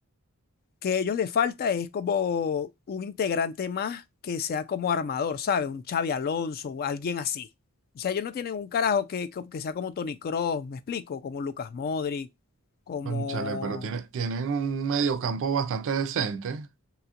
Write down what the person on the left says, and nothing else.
que a ellos les falta es como un integrante más que sea como armador, ¿sabes? Un Xavi Alonso o alguien así. O sea, ellos no tienen un carajo que, que- que sea como Toni Kroos, me explico, como Lucas Modric, como